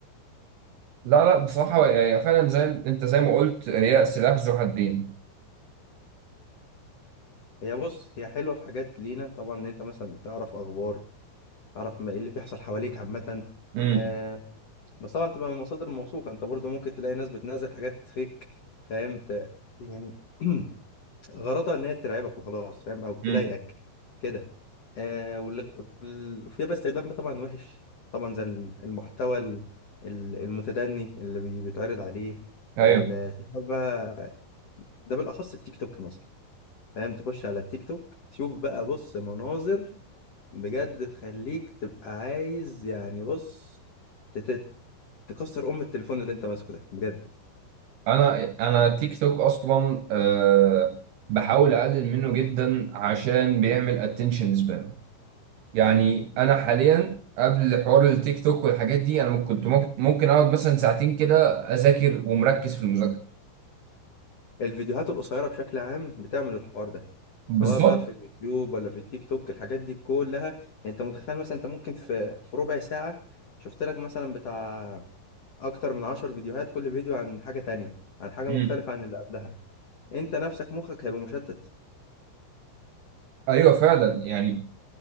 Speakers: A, on the right; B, on the left.
A: لا لا بصراحة يعني فعلا زي انت زي ما قلت هي سلاح ذو حدين
B: هي بص هي حلوة في حاجات لينا طبعا ان انت مثلا تعرف اخبار تعرف ما ايه اللي بيحصل حواليك عامة
A: امم
B: آه بس طبعا تبقى من مصادر موثوقة انت برضو ممكن تلاقي ناس بتنزل حاجات فيك فاهم ت... يعني <clears throat> غرضها ان هي ترعبك وخلاص فاهم او تضايقك
A: امم
B: كده آه واللي وال- فيها بقى استخدام طبعا وحش طبعا زي الم- المحتوى ال- ال- المتدني اللي بي- بيتعرض عليه
A: ايوه
B: ال- تدخل بقى ده بالاخص التيك توك مثلا فاهم تخش على التيك توك تشوف بقى بص مناظر بجد تخليك تبقى عايز يعني بص تت- تكسر ام التليفون اللي انت ماسكه ده بجد
A: انا انا تيك توك اصلا أه بحاول اقلل منه جدا عشان بيعمل اتنشن سبان يعني انا حاليا قبل حوار التيك توك والحاجات دي انا كنت ممكن ممكن اقعد مثلا ساعتين كده اذاكر ومركز في المذاكره
B: الفيديوهات القصيرة بشكل عام بتعمل الحوار ده
A: بالظبط
B: سواء بقى في اليوتيوب ولا في التيك توك الحاجات دي كلها يعني انت متخيل مثلا انت ممكن في في ربع ساعة شفت لك مثلا بتاع اكتر من عشر فيديوهات كل فيديو عن حاجة تانية عن حاجة
A: امم
B: مختلفة عن اللي قبلها انت نفسك مخك هيبقى مشتت
A: ايوه فعلا يعني